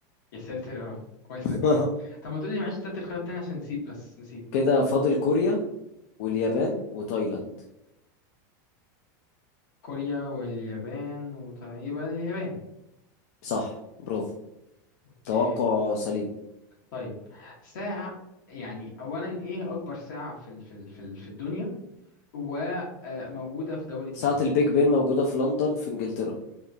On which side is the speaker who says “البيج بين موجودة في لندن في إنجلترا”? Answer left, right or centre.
Left